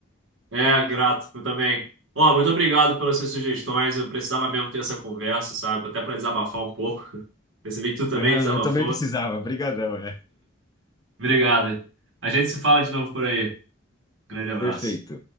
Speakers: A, on the right (about 75°); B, on the left (about 20°).
A: É, é, grato, eu também. Ó, muito obrigado pelas suas sugestões. Eu precisava mesmo ter essa conversa, sabe? Até para desabafar um pouco. <laughs> Percebi que tu também
B: Ah,
A: desabafou.
B: eu também precisava. Brigadão, é.
A: Obrigado. A gente se fala de novo por aí. Grande abraço.
B: Perfeito.